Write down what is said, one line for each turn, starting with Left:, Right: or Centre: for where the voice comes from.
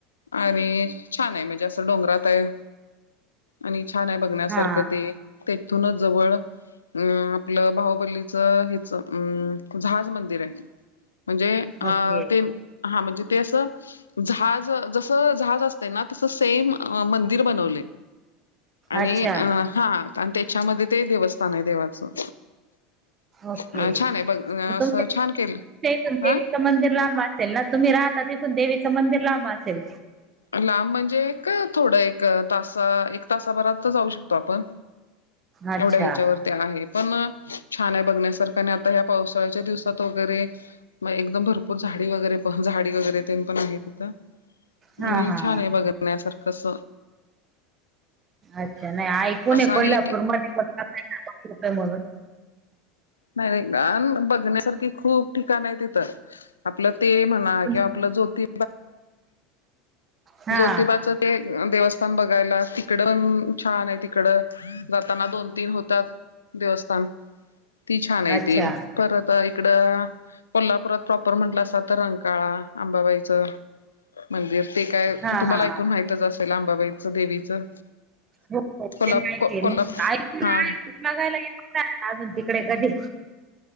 Left: आणि छान आहे म्हणजे असं डोंगरात आहे आणि छान आहे बघण्यासारखं
Right: हा
Left: ते. तेथूनच जवळ अं आपलं बाहुबलीच हच अं जहाज मंदिर आहे. म्हणजे अ
Right: ओके
Left: ते हा म्हणजे. ते असं जहाज जसं जहाज असते ना तसं सेम मंदिर बनवले. आणि
Right: अच्छा
Left: अ हा आणि त्याच्यामध्ये ते देवस्थान आहे देवाचं.
Right: ओके
Left: अ
Right: मग
Left: छान आहे बघ असं
Right: तुमच्या
Left: छान केलं.
Right: इथून देवीचं
Left: हा
Right: मंदिर लांब असेल ना तुम्ही राहता तिथून देवीचं मंदिर लांब असेल.
Left: लांब म्हणजे का थोड एक तासा एक तासाभरात जाऊ शकतो आपण.
Right: अच्छा
Left: एवढ्या ह्याच्यावरती आहे पण. छान आहे बघण्यासारखं आणि आता या पावसाळ्याच्या दिवसात वगैरे. मग एकदम भरपूर झाडी वगैरे पण झाडी वगैरे ते पण आहे तिथं.
Right: हा
Left: आणि
Right: हा
Left: छान आहे बघण्यासारखं अस.
Right: अच्छा नाही ऐकू न
Left: आणि
Right: कोल्हापूर मध्ये पण का मग?
Left: नाही व्हय. बघण्यासारखी खूप ठिकाण आहे तिथं आपलं ते म्हणा
Right: पण
Left: किंवा आप ज्योती
Right: हा
Left: जोतिबाच ते देवस्थान बघायला. तड पण छान आहे तिकड जाताना दोन तीन होतात दिव ती छान आहे
Right: अच्छा
Left: त परत इकड कोल्हापुरात. प्रॉपर म्हटलं असत तर रंकाळा, अंबाबाईचं मंदिर ते काय.
Right: हां
Left: तुम्हाला
Right: हां.
Left: ऐकून माहितच असेल अंबाबाईचं देवीचं.
Right: हो हो ते
Left: कोल्हाप
Right: माहितीय
Left: को
Right: मग
Left: कोल्हाप हा
Right: ऐकून बघायला येत अजून तिकडे कधी.